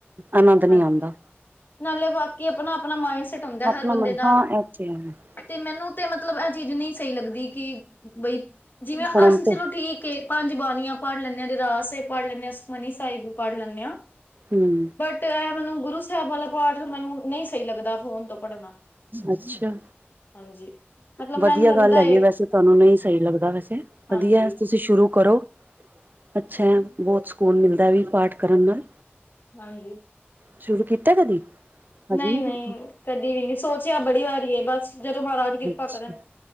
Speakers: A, on the right (about 45°); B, on the left (about 50°).
A: ਆਨੰਦ ਨਹੀਂ
B: ਹਾਂਜੀ
A: ਆਉਂਦਾ।
B: ਨਾਲੇ ਬਾਕੀ ਆਪਣਾ ਆਪਣਾ ਮਾਈੰਡਸੈਟ ਹੁੰਦਾ
A: ਆਪਣਾ
B: ਹੈ ਹਰ ਬੰਦੇ
A: ਮਨ
B: ਦਾ।
A: ਹਾਂ ਇਹ ਤੇ ਹੈ
B: ਤੇ ਮੈਨੂੰ ਤੇ ਮਤਲਬ ਇਹ ਚੀਜ਼ ਨਹੀਂ ਸਹੀ ਲੱਗਦੀ ਕਿ। ਬਈ ਜਿਵੇਂ
A: ਫੋਨ
B: ਅਸੀਂ ਚਲੋ
A: ਤੇ
B: ਠੀਕ ਏ। ਪੰਜ ਬਾਣੀਆਂ ਪੜ ਲੈਂਦੇ ਹਾਂ ਰਹਿਰਾਸ ਸਾਹਿਬ ਪੜ੍ਹ ਲੈਂਦੇ ਆ ਸੁਖਮਨੀ ਸਾਹਿਬ ਵੀ ਪੜ੍ਹ ਲੈਂਦੇ ਹਾਂ।
A: ਹਮ
B: ਤੇ ਇ ਮੈਨੂੰ ਗੁਰੂ ਸਾਹਿਬ ਵਾਲਾ ਪਾਠ ਮੈਨੂੰ ਨਹੀਂ ਸਹੀ ਲੱਗਦਾ ਫੋਨ ਤੋਂ ਪੜਨਾ
A: ਅੱਛਾ
B: ਹਾਂਜੀ ਮਤਲਬ
A: ਵਧੀਆ
B: ਮੈਨੂੰ ਲੱਗਦਾ
A: ਗੱਲ ਹੈਗੀ
B: ਏ
A: ਵੈਸੇ ਤੁਹਾਨੂੰ ਨਹੀਂ ਸਹੀ ਲੱਗਦਾ ਵੈਸੇ।
B: ਹਾਂਜੀ
A: ਵਧੀਆ ਤੁਸੀਂ ਸ਼ੁਰੂ ਕਰੋ। ਅੱਛਾ ਹੈ ਬਹੁਤ ਸਕੂਨ ਮਿਲਦਾ ਵੀ ਪਾਠ ਕਰਨ ਨਾਲ।
B: ਹਾਂਜੀ
A: ਸ਼ੁਰੂ ਕੀਤਾ ਕਦੀ? ਹਜੇ
B: ਨਹੀਂ-ਨਹੀਂ,
A: ਨਹੀਂ ਕੀਤਾ।
B: ਕਦੀ ਵੀ ਨਹੀਂ ਸੋਚਿਆ ਬੜੀ ਵਾਰੀ, ਬਸ ਜਦੋਂ ਮਹਾਰਾਜ ਕਿਰਪਾ
A: ਅੱਛਾ
B: ਕਰਨ।